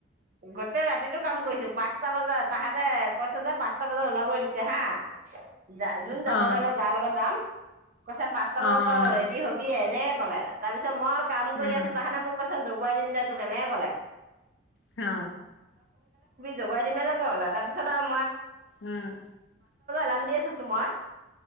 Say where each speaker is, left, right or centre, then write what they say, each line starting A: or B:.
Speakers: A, on the right; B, on the left.
A: গোটেই ৰাতিটো কাম কৰিছো পাঁচটা বজাত তাহাঁতে কৈছে যে পাঁচটা বজাত ওলাব দিছে হা যা যোন যাব
B: অ
A: ধৰিলে যাৰ লগত যাম। কৈছো পাঁচটা বজাত
B: অ অ
A: ত ৰেডি হবিয়ে এনে তাৰ পিছত মই কাম কৰি
B: উম
A: আছো তাহানে মোক ক আছে জগুৱাই দিম দে তোক কেনেকে কলে
B: হ
A: জগাই দমেই লাগে হ'ল এটা। তাৰ পিছত আ উ
B: উম
A: লাম দিয়ে থৈছো মই।